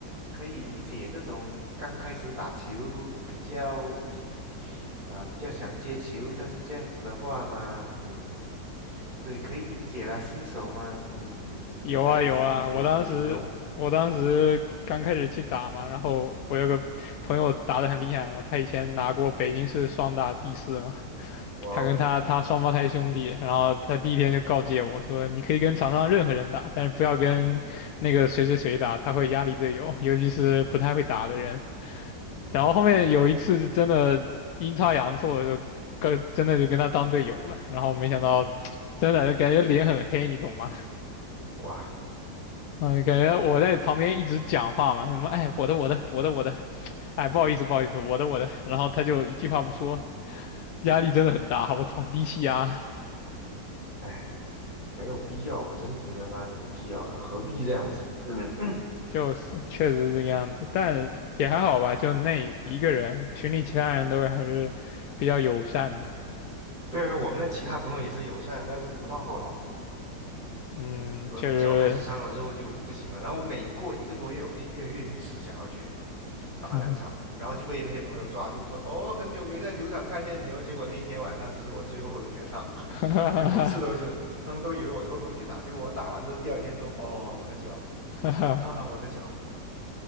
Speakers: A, on the right; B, on the left.
A: 可以理解这种刚开始打球比较比。啊，比较想接球，但是这样子的话嘛，嗯，对，可以理解啦，新手嘛，嗯嗯嗯，就开始一直一直在逼逼这种，
B: 有啊有啊，我当时我当时刚开始去打嘛，然后我有个朋友打得很厉害嘛，他以前拿过北京市双打第四嘛，<laughs>
A: 哇哦，
B: 他跟他他双胞胎兄弟，然后他第一天就告诫我说，你可以跟场上任何人打，但是不要跟那个谁谁谁打，他会压力队友，尤其是不太会打的人。
A: 嗯，
B: 然后后面有一次是真的阴差阳错的就跟真的就跟他当队友了，然后没想到 <tsk> 真的就感觉脸很黑，你懂吗？
A: 哇，
B: 嗯，感觉我在旁边一直讲话嘛，什么哎，我的我的我的我的，哎，不好意思不好意思，我的我的，然后他就一句话不说，压力真的很大，我操，低气压，
A: 哎，没有必要，我真是觉得嘛，没必要，何必这样子？嗯，
B: 就是确实是这个样子，但也还好吧，就那一个人，群里其他人都还是比较友善的，
A: 对，我们的其他朋友也是友善，但是直到后来
B: 嗯，
A: 我脚开始伤了之后就不行了，
B: 确实，
A: 然后我每过一个多月，我就跃跃欲试，想要去。
B: <laughs>
A: 打两场，
B: 哈
A: 然后就被那些朋友抓住说，哦，很久没在球场看见你哦。结果那一天晚上就是我最后的绝唱啊，
B: 哈
A: 哎呀，每一次都是，他们都以为我偷偷去打，结果我打完之后第二天都，哦，我的脚
B: 哈哈
A: 啊，我的脚。